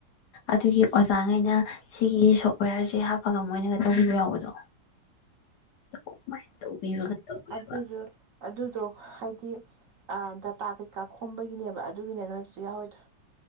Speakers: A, on the left; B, on the right.
A: ꯑꯗꯨꯒꯤ ꯑꯣꯖꯥꯉꯩꯅ ꯁꯤꯒꯤ ꯁꯣꯞꯋꯦꯌꯔꯁꯦ ꯍꯥꯞꯄꯒ ꯃꯣꯏꯅꯒ ꯇꯧꯕꯤꯕ ꯌꯥꯎꯕꯗꯣ ꯑꯗꯨꯃꯥꯏꯅ ꯇꯧꯕꯤꯕꯒ ꯇꯧꯋꯦꯕ
B: ꯑꯗꯨ ꯑꯗꯨꯗꯣ ꯍꯥꯏꯗꯤ ꯗꯇꯥ ꯀꯩꯀꯥ ꯈꯣꯝꯕꯒꯤꯅꯦꯕ ꯑꯗꯨꯒꯤꯅꯦ ꯅꯣꯏꯗꯁꯨ ꯌꯥꯎꯋꯤꯗꯣ